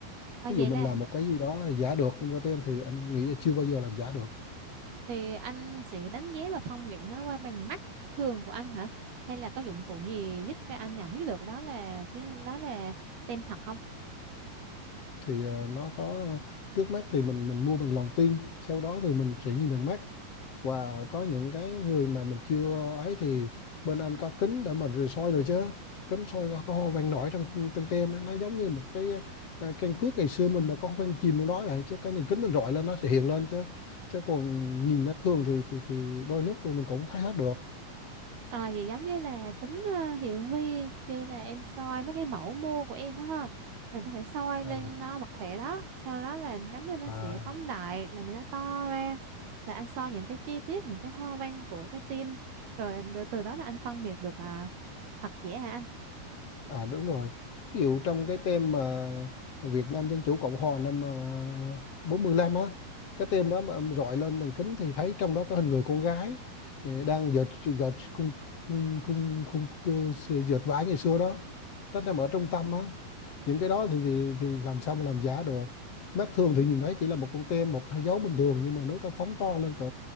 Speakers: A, on the right (about 70°); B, on the left (about 45°).
A: À,
B: ví
A: vậy
B: dụ mình
A: là
B: làm một cái gì đó giả được nhưng mà tem thì anh nghĩ là chưa bao giờ làm giả được
A: thì anh sẽ đánh giá và phân biệt nó qua bằng mắt thường của anh hả? Hay là có dụng cụ gì giúp cho anh nhận biết được đó là cái đó là tem thật không?
B: thì ờ, nó có trước mắt thì mình mình mua bằng lòng tin sau đó thì mình sẽ nhìn bằng mắt và có những cái người mà mình chưa ấy thì bên anh có kính để mình rồi soi rồi chứ kính soi có, có hoa văn nổi trong trong tem ấy. nó giống như một cái ờ, căn cước ngày xưa mình mà có hoa văn chìm trong đó vậy chứ cái nhìn kính mình rọi lên nó sẽ hiện lên chứ chứ còn nhìn mắt thường thì thì thì đôi lúc mình cũng thấy hết được
A: À, vậy giống như là kính ờ, hiển vi như là em soi mấy cái mẫu mô của em á ha mình có thể soi
B: à,
A: lên nó vật thể đó sau đó là giống như nó
B: à.
A: sẽ phóng đại là cho nó to ra là anh soi những cái chi tiết những cái hoa văn của cái tim rồi ờ, từ từ đó là anh phân biệt được à, thật giả hả anh
B: À đúng rồi. Ví dụ trong cái tem mà Việt Nam Dân Chủ Cộng Hòa năm à, 45 á, cái tem đó mà em rọi lên màn kính thì thấy trong đó có hình người con gái eh, đang dệt dệt khung khung khung, khung cơ- dệt vải ngày xưa đó. Nó nằm ở trung tâm á. Những cái đó thì, thì thì làm sao mà làm giả được. Mắt thường thì nhìn thấy chỉ là một con tem, một dấu bình thường nhưng mà nếu ta phóng to lên cỡ